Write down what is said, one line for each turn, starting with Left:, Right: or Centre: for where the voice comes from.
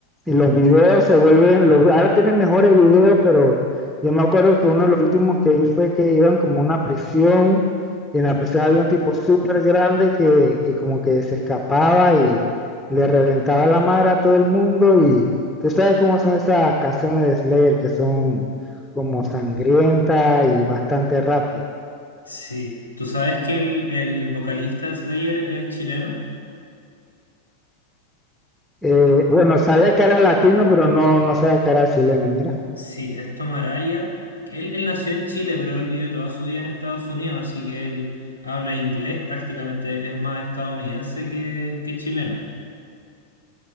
Centre: y los videos se vuelven, los, ahora tienen mejores videos, pero yo me acuerdo que uno de los últimos que vi fue que iban como a una prisión y en la prisión había un tipo súper grande que, que como que se escapaba y le reventaba la madre a todo el mundo y Tú sabes cómo son esas canciones de Slayer que son como sangrientas y bastante rápidas.
Right: sí. ¿Tú sabes que el, el vocalista de Slayer es chileno?
Centre: Eh, bueno, sabía que era latino, pero no, no sabía que era chileno, mira.
Right: Sí, es Tom Araya, que Él, él nació en Chile, pero él vivió toda su vida en Estados Unidos, así que él habla inglés prácticamente, es más estadounidense que, que chileno.